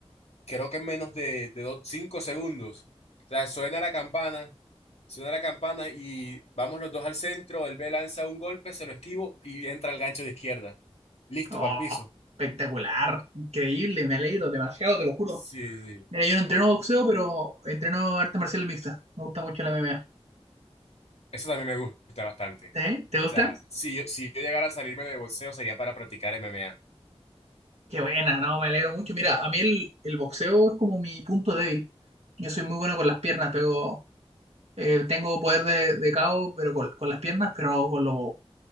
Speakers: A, on the left; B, on the right.
A: creo que en menos de, de dos- cinco segundos. O sea, suena la campana, suena la campana y vamos los dos al centro. Él me lanza un golpe, se lo esquivo y entra el gancho de izquierda. Listo
B: Oh,
A: para el piso.
B: espectacular, increíble, me alegro demasiado, te lo juro.
A: Sí, sí.
B: Mira, yo no entreno boxeo, pero entreno arte marcial mixta. Me gusta mucho la MMA.
A: Eso también me gusta bastante.
B: ¿Eh? ¿Te
A: O
B: gusta?
A: sea, si yo, si yo llegara a salirme de boxeo sería para practicar MMA.
B: Qué buena, no, me alegro mucho. Mira, a mí el, el boxeo es como mi punto débil. Yo soy muy bueno con las piernas, pero eh, tengo poder de, de KO, pero con, con las piernas, pero no con los